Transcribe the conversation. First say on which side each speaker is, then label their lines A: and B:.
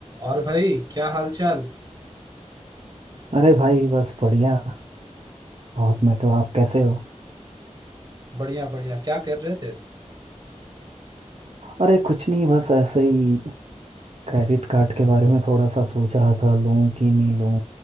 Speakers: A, on the right (about 30°); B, on the right (about 55°).
A: और भाई क्या हाल चाल
B: अरे भाई बस बढ़िया बहुत मैं तो आप कैसे हो
A: बढ़िया बढ़िया क्या कर रहे थे
B: अरे कुछ नहीं बस ऐसे ही क्रेडिट कार्ड के बारे में थोड़ा सा सोच रहा था लूं कि नहीं लूं